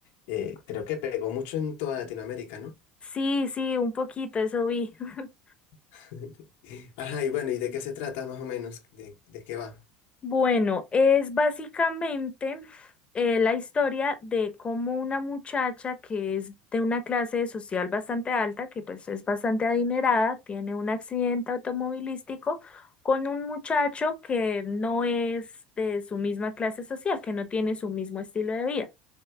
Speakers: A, on the left; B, on the left.
A: Eh, creo que pegó mucho en toda Latinoamérica, ¿no?
B: Sí, sí, un poquito, eso vi. <laughs>
A: <laughs> Ajá, y bueno, ¿y de qué se trata más o menos? ¿De, de qué va?
B: Bueno, es básicamente eh, la historia de cómo una muchacha que es de una clase social bastante alta, que pues es bastante adinerada, tiene un accidente automovilístico con un muchacho que no es de su misma clase social, que no tiene su mismo estilo de vida.